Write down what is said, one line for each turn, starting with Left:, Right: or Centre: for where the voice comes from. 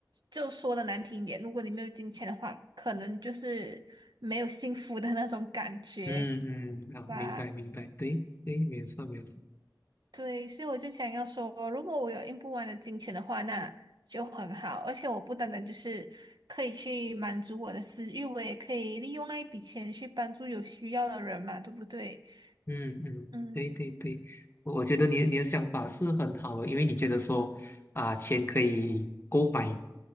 Right: 就说的难听一点，如果你没有金钱的话，可能就是没有幸福的那种感觉
Left: 嗯嗯，啊，
Right: 吧。
Left: 明白明白，对对，没有错没有错。
Right: 对，所以我就想要说，如果我有用不完的金钱的话，那就很好。而且我不单单就是可以去满足我的私欲，我也可以利用那一笔钱去帮助有需要的人嘛，对不对？
Left: 嗯嗯，
Right: 嗯。
Left: 对对对，我我觉得你的你的想法是很好的，因为你觉得说啊，钱可以购买